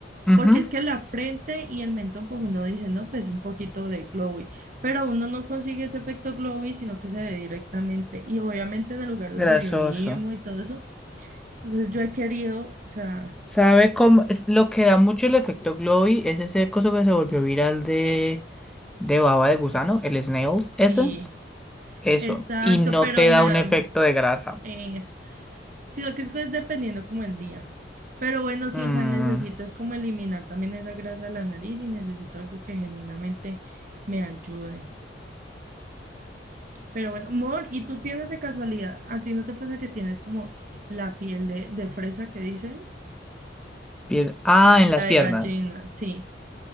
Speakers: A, in the centre; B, on the right (about 45°).
A: Ujú,
B: porque es que la frente y el mentón, pues uno dice, no, pues un poquito de glowy, pero uno no consigue ese efecto glowy, sino que se ve directamente y obviamente en el lugar donde
A: Grasoso.
B: vivimos y todo eso. Entonces yo he querido, o sea,
A: ¿Sabe cómo? Es, lo que da mucho el efecto Glowy es ese coso que se volvió viral de, de baba de gusano, el Snail's
B: sí,
A: Essence. Eso.
B: exacto,
A: Y no
B: pero
A: te
B: me
A: da
B: da
A: un efecto de grasa.
B: eh, eso, sino que es pues, dependiendo como el día. Pero bueno, sí,
A: Mm,
B: o sea, necesito es como eliminar también esa grasa de la nariz y necesito algo que genuinamente me ayude. Pero bueno, Mor, ¿y tú tienes de casualidad? ¿A ti no te pasa que tienes como la piel de, de fresa que dicen?
A: pier- Ah, en las
B: La
A: piernas.
B: de gallina, sí.